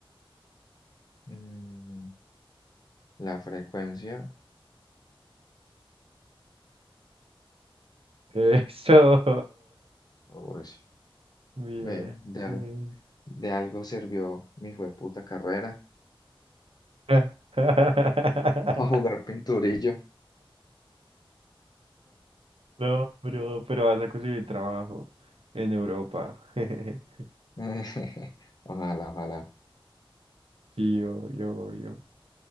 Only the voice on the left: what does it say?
Mm, la frecuencia,
uy,
ve, de, al-
de algo sirvió mi jueputa carrera,
<laughs> para jugar pinturillo.
<laughs> Ojalá, ojalá.